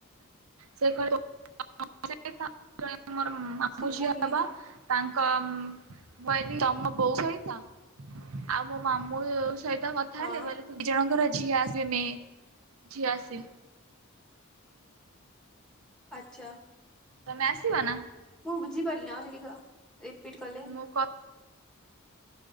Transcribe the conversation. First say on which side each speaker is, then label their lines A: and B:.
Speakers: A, on the right; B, in the centre.
A: ସେ କ <unintelligible> ମୋର ମାମୁଁ
B: ଶୁଭୁନି
A: ଝିଅ ହବ, ତା କମ୍, ମୁଁ କଇଲି, ତମ ବୋଉ ସହିତ ଆଉ ମୋ ମାମୁଁ ସହିତ କଥା
B: ହଁ
A: ହେଲେ, କହିଲେ- ଦୁଇ ଜଣଙ୍କର ଝିଅ ଆ ମେ ଝିଆସେ
B: ଆଛା।
A: ତମେ ଆସିବ ନା
B: ମୁଁ ବୁଝିପାରିଲିନି, ଆଉ ଟିକେ କ, ରିପିଟ୍ କଲେ।
A: ମୁଁ କ